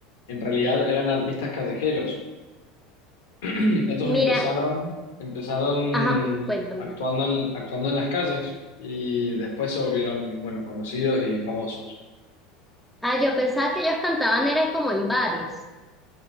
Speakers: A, on the left; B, in the centre.
A: en realidad eran artistas callejeros? <clears throat> Estos
B: Mira,
A: empezaron, empezaron
B: ajá, cuéntame.
A: actuando en, actuando en las calles y después se volvieron, bueno, conocidos y famosos.
B: Ah, yo pensaba que ellos cantaban, eran como en bares.